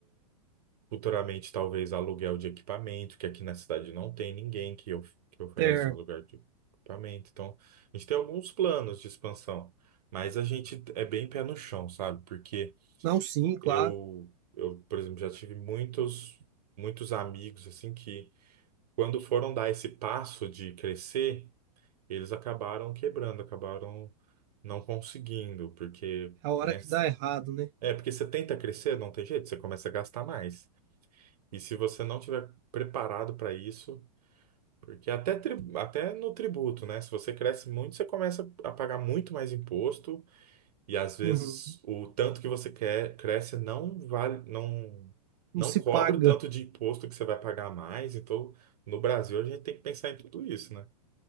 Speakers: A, on the right; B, on the right.
A: Futuramente, talvez aluguel de equipamento, que aqui na cidade não tem ninguém que, of- que oferece
B: Certo.
A: um aluguel de equipamento. Então, a gente tem alguns planos de expansão, mas a gente é bem pé no chão, sabe? Porque
B: Não, sim, claro.
A: eu, eu, por exemplo, já tive muitos, muitos amigos assim que, quando foram dar esse passo de crescer, eles acabaram quebrando, acabaram não conseguindo, porque,
B: É a hora
A: né?
B: que dá errado, né?
A: É porque você tenta crescer, não tem jeito, você começa a gastar mais. E se você não tiver preparado para isso, porque até, tri- até no tributo, né? Se você cresce muito, você começa a pagar muito mais imposto, e às vezes
B: Uhum.
A: o tanto que você quer cresce não vale, não,
B: Não
A: não
B: se
A: cobre
B: paga.
A: o tanto de imposto que você vai pagar a mais. Então, no Brasil, a gente tem que pensar em tudo isso, né?